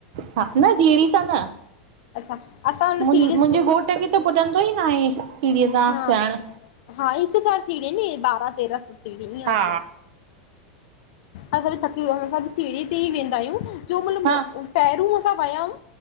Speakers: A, on the right; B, on the left.
A: हा न सीरही त।
B: अच्छा असां हुन
A: मुंहिंजे
B: सीढ़ी
A: घोट खे त पुॼंदो ई न आहे सीड़ीअ सां
B: हा
A: च़रण।
B: हा हिकु हज़ार सीड़ीन हिय न बारह तेरह सौ सीड़े ई आहे
A: हा
B: मतलब। असां बि थकी अस सीड़े ते ई वेंदा आहियूं। जो मतलबु
A: हा
B: पैहरोन असां वियायूं